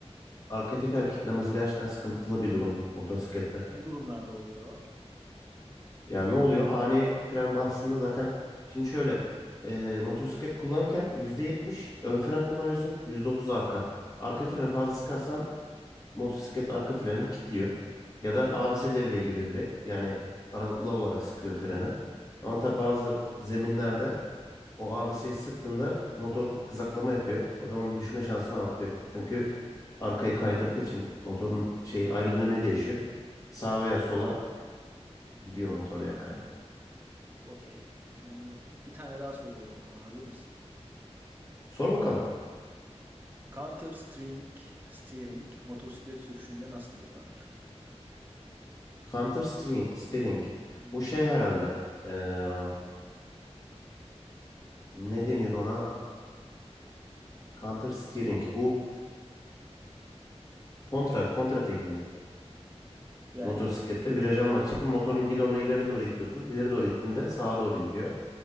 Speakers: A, on the left (about 30°); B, on the right (about 15°).
A: arka teker kilitlemesi gerçekten sıkıntılı bir durum motosiklette.
B: Ne durumlarda oluyor?
A: Ya ne oluyor? Ani fren bastığında zaten şimdi şöyle e, motosiklet kullanırken %70 ön fren kullanıyorsun, %30 arka. Arka freni fazla sıkarsan motosiklet arka freni kilitliyor. Ya da ABS devreye giriyor direkt. Yani aralıklı olarak sıkıyor freni. Ama
B: Hı,
A: tabi bazı zeminlerde o ABS'yi sıktığında motor kızaklama yapıyor. O zaman da düşme şansın artıyor. Çünkü arkayı kaydırdığı için motorun şey aerodinamiği değişiyor. Sağa veya sola gidiyor motor yani.
B: okey. Anladım. Bir tane daha soruyorum o zaman. Hazır mısın?
A: Sor bakalım.
B: Counter string steering motosiklet sürüşünde nasıl uygulanır?
A: Counter steering, steering.
B: Hı.
A: Bu şey herhalde. Ee, ne deniyordu ona? Counter steering. Bu kontra, kontra tekniği.
B: Yani
A: Motosiklette
B: nasıl oluyor?
A: viraj almak için motorun gidonunu ileri doğru itiyorsun. İleri doğru ittiğinde sağa doğru gidiyor.